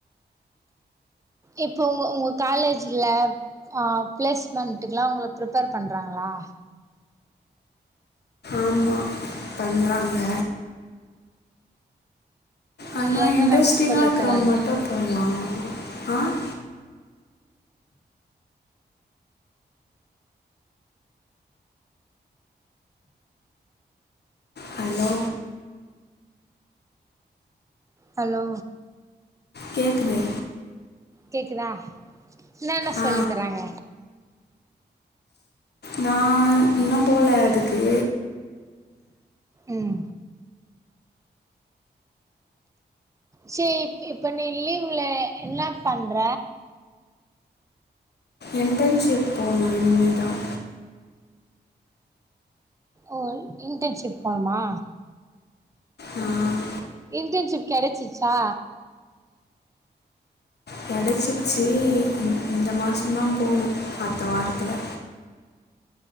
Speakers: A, on the right (about 20°); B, on the left (about 75°).
A: இப்போ உங்க உங்க காலேஜ்ல ஹ பிளேஸ்மெண்டலாம் உங்கள பிரிப்பர் பண்றாங்களா
B: ஆமாம் பண்ணுறாங்க ஆனா
A: நீ என்னன்ன
B: இன்ட்ரெஸ்டிங்கா
A: சொல்லி
B: இருக்கிறவங்க
A: தர்றாங்க
B: மட்டு போகலா ஆஹ் ஹலோ
A: ஹலோ
B: கேட்குதே
A: கேக்குதா என்ன என்ன
B: ஆ
A: சொல்லித் தராங்க
B: நான் இன்னும் போல அதுக்கு
A: உம் சேரி இப்ப நீ லீவுல என்ன பண்ற
B: இன்டர்ன்ஷிப் போனும் இனிமே தான்
A: ஓ இன்டன்ஷிப் போணுமா
B: நான்
A: இன்டர்ன்ஷிப் கிடைச்சச்சா
B: கிடைச்சுச்சு இந்த மாசம தான் போகணும் அடுத்த வாரத்துல